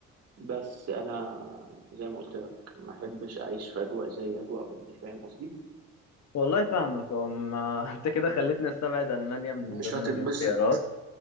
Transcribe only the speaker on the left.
والله فاهمك أم <laughs> انت كده خليتني استبعد المانيا من
ضمن
الاختيارات